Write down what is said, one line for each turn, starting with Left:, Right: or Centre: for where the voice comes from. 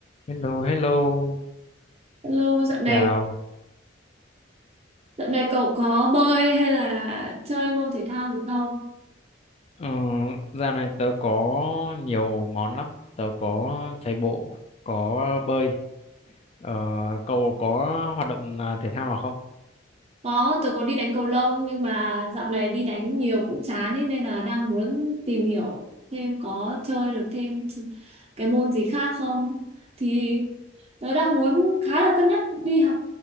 Left: Hello, hello,
Right: Hello,
Left: xin
Right: dạo này
Left: chào.
Right: dạo này cậu có bơi hay là chơi môn thể thao gì không?
Left: Ờ, dạo này tớ có nhiều món lắm. Tớ có chạy bộ, có bơi. Ờ, cậu có hoạt động à, thể thao nào không?
Right: Có, tớ có đi đánh cầu lông nhưng mà dạo này đi đánh nhiều cũng chán ấy, nên là đang muốn tìm hiểu thêm có chơi được thêm ch- cái môn gì khác không? Thì tớ đang muốn khá là cân nhắc đi học